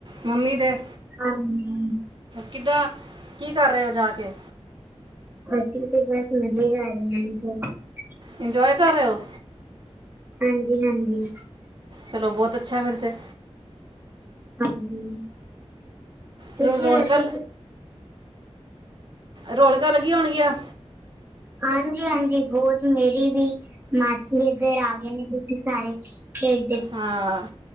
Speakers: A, on the right; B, on the right.
A: ਮੰਮੀ ਦੇ
B: ਹਾਂਜੀ।
A: ਕਿੱਦਾਂ, ਕੀ ਕਰ ਰਏ ਓ ਜਾ ਕੇ?
B: ਅਸੀਂ ਤੇ ਬੱਸ ਮਜ਼ੇ ਕਰ ਰਏ ਐ।
A: ਇੰਜੋਏ ਕਰ ਰਹੇ ਹੋ
B: ਹਾਂਜੀ-ਹਾਂਜੀ।
A: ਚਲੋ ਬਹੁਤ ਅੱਛਾ ਫੇਰ ਤੇ
B: ਹਾਂਜੀ ਤੁਸੀਂ
A: ਜ਼ਰੂਰ ਰੌਣਕਾਂ
B: ਦੱਸੋ
A: ਰੌਣਕਾਂ ਲੱਗੀਆਂ ਹੋਣਗੀਆਂ।
B: ਹਾਂਜੀ-ਹਾਂਜੀ ਬਹੁਤ ਮੇਰੀ ਵੀ ਮਾਸੀ ਏਧਰ ਆ ਗਏ ਨੇ। ਤੁਸੀ ਸਾਰੇ ਖੇਡ
A: ਹਾਂ